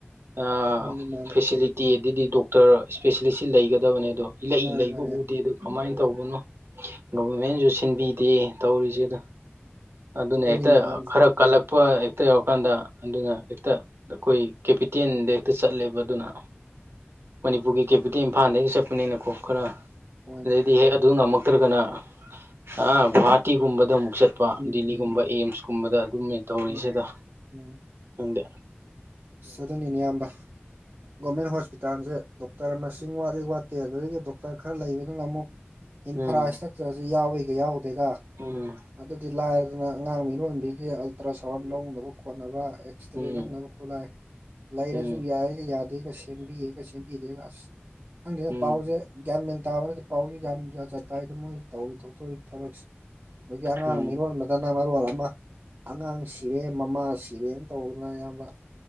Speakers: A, on the right (about 65°); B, on the right (about 50°).
A: ꯑꯥ
B: ꯃꯥꯅꯦ ꯃꯥꯅꯦ
A: ꯐꯦꯁꯤꯂꯤ ꯇꯤ ꯑꯗꯨꯗꯤ ꯗꯣꯛꯇꯔ ꯏꯁꯄꯦꯁꯦꯂꯤꯁꯁꯤ ꯂꯩꯒꯗꯕꯅꯦ ꯑꯗꯣ ꯏꯂꯩ
B: ꯃꯥꯅꯦ
A: ꯂꯩꯕ
B: ꯃꯥꯅꯦ
A: ꯎꯗꯦ ꯗꯨ ꯀꯃꯥꯏ ꯇꯧꯕꯅꯣ ꯒꯕꯔꯃꯦꯟꯅꯁꯨ ꯁꯤꯟꯕꯤꯗꯦ ꯇꯧꯔꯤꯁꯦ ꯗ ꯑꯗꯨꯅ
B: ꯑꯗꯨꯅꯤꯅꯦ
A: ꯍꯦꯛꯇ
B: ꯏꯌꯥꯝꯕ
A: ꯈꯔ ꯀꯜꯂꯛꯄ
B: ꯎꯝ
A: ꯍꯦꯛꯇ ꯌꯧꯔꯀꯥꯟꯗ ꯑꯗꯨꯅ ꯍꯦꯛꯇ ꯑꯩꯈꯣꯏ ꯀꯦꯄꯤꯇꯦꯟꯗ ꯍꯦꯛꯇ ꯆꯠꯂꯦꯕ ꯑꯗꯨꯅ ꯃꯅꯤꯄꯨꯔꯒꯤ ꯀꯦꯄꯤꯇꯦꯜ ꯏꯝꯐꯥꯜꯗ ꯆꯠꯄꯅꯦꯅ ꯀꯣ ꯈꯔ
B: ꯍꯣꯏꯅꯦ
A: ꯑꯗꯩꯗꯤ ꯍꯦꯛ ꯑꯗꯨ ꯉꯝꯃꯛꯇ꯭ꯔꯒꯅ ꯑ ꯒꯨꯍꯥ ꯇꯤꯒꯨꯝꯕꯗ ꯑꯃꯨꯛ ꯆꯠꯄ
B: ꯎꯝ
A: ꯗꯤꯜꯂꯤꯒꯨꯝꯕ
B: ꯎꯝ ꯎꯝ
A: ꯑꯦꯝꯁꯀꯨꯝꯕꯗ ꯑꯗꯨꯝꯃꯦ ꯇꯧꯔꯤꯁꯤꯗ
B: ꯎꯝ ꯎꯝ
A: ꯍꯪꯗ
B: ꯑꯁ ꯑꯗꯨꯅꯤꯅꯦ ꯏꯌꯥꯝꯕ ꯒꯣꯔꯃꯦꯟ ꯍꯣꯁꯄꯤꯇꯥꯜꯖꯦ ꯗꯣꯛꯇꯔ ꯃꯁꯤꯡ ꯋꯥꯠꯂꯤ ꯋꯥꯠꯇꯦ ꯑꯗꯨꯗꯒꯤ ꯗꯣꯛꯇꯔ ꯈꯔ ꯂꯩꯕꯗꯨꯅ ꯑꯃꯨꯛ ꯏꯟꯐ꯭ꯔꯥ
A: ꯎꯝ
B: ꯢꯁꯇ꯭ꯔꯛꯆꯔꯁꯤ ꯌꯥꯎꯋꯤꯒ ꯌꯥꯎꯗꯦꯒ
A: ꯎꯝ
B: ꯑꯗꯨꯗꯤ ꯂꯥꯏꯔꯗꯅ ꯑꯉꯥꯡ ꯃꯤꯔꯣꯟꯕꯤꯒꯤ ꯑꯜꯇ꯭ꯔ ꯁꯥꯎꯟ ꯂꯧꯅꯕ ꯈꯣꯠꯅꯕ ꯑꯦꯛꯁꯇ꯭ꯔꯦ
A: ꯎꯝ
B: ꯂꯧꯅꯕ ꯈꯨꯠꯂꯥꯏ ꯂꯩꯔꯁꯨ
A: ꯎꯝ
B: ꯌꯥꯏꯒ ꯌꯥꯗꯦꯒ ꯁꯦꯝꯕꯤꯌꯦꯒ ꯁꯦꯝꯕꯤꯗꯦꯒ ꯑꯁ ꯈꯪꯗꯦꯗ
A: ꯎꯝ
B: ꯄꯥꯎꯁꯦ ꯒ꯭ꯌꯥꯟ ꯃꯦꯟ ꯇꯥꯔꯣꯢꯗ ꯄꯥꯎꯁꯦ ꯌꯥꯝ ꯖꯥꯠ ꯖꯥꯠ ꯇꯥꯏꯗ ꯃꯣꯏ ꯇꯧꯔꯤ ꯊꯣꯛꯇꯣꯏ ꯊꯕꯛꯁꯦ ꯑꯗꯒꯤ ꯑꯉꯥꯡ
A: ꯎꯝ
B: ꯃꯤꯔꯣꯟꯕ ꯗꯅ ꯃꯔꯣꯜ ꯑꯃ ꯑꯉꯥꯡ ꯁꯤꯔꯦ ꯃꯃꯥ ꯁꯤꯔꯦꯅ ꯇꯧꯗꯅ ꯑꯌꯥꯝꯕ